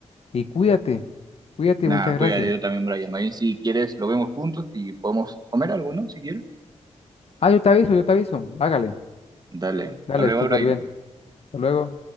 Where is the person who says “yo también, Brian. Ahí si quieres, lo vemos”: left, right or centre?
Right